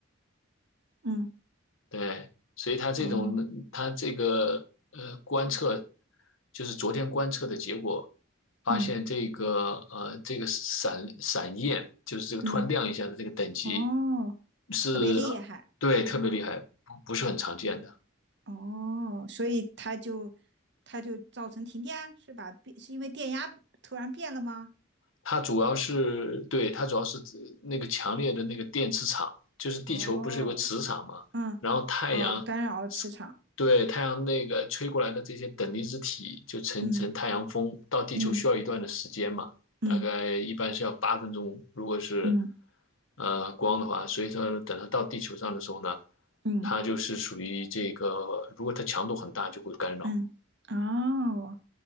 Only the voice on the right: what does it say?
嗯，
哦，
嗯
嗯，哦。
特别厉害。
哦
哦，所以它就它就造成停电，是吧？变是因为电压突然变了吗？
哦，嗯，
哦，干扰了磁场。
嗯嗯
嗯
嗯
嗯
嗯，哦，